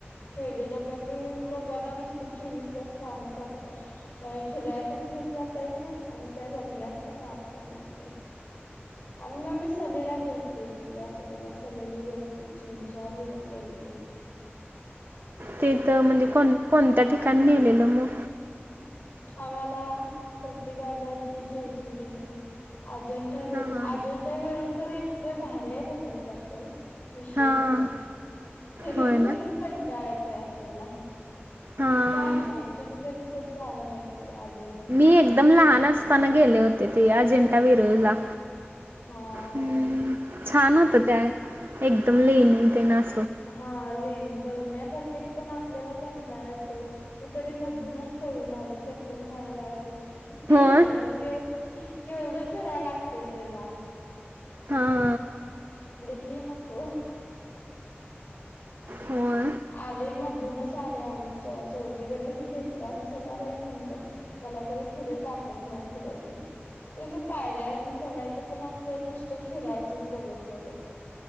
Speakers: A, on the left; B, on the right.
A: खेडे. लोकांना नुसतं चोवीस तास कामच असतात काय फिराय कुठं घिऊन जाता येत नाही. आणि काय बघण्यात पण अर्थ नसतय. आणि मग मी सलीला गेलतो की आठवीला सलीली गेलते तीन चार दिवस गेलते. ते.
B: तिथं म्हणजे कोण कोणत्या ठिकाणी नेलेलं मग
A: आम्हाला प्रतिभाला जी जेजुरी. अजंठा वर
B: हां हां
A: अजंठा वर तर इतकं भार आहे बघण्यासारखं. विषयच
B: हां
A: नाही फिरून
B: होय ना
A: फिरून कंटाळा येतोय आपल्याला
B: हां
A: छान हाय तुम्ही कधी तर जाऊन या तिकडे आज.
B: मी एकदम लहान असताना गेले होते ते अजिंठा वेरूळ ला.
A: हा.
B: हम् छान होत त्या एकदम लेणी तेन असं.
A: हा लेणी बघण्यासारखेत पण आपल्याला कंटाळा येतोय मी तरी मधूनच पळून आले चक्कर मार मला बोलली की किती
B: हो
A: फिराय केवढं फिराय लागतंय त्यला
B: हा.
A: यु नको.
B: होय
A: आले मधूनच आले आम्ही च चौघीजनीसनी घेतलं आणि चला बाई. मला तर पुढे ताकत नाही फिरायची त्यास पायऱ्यावर न चढायचं ते न तर नुसतं फिरायचंच बघत बघत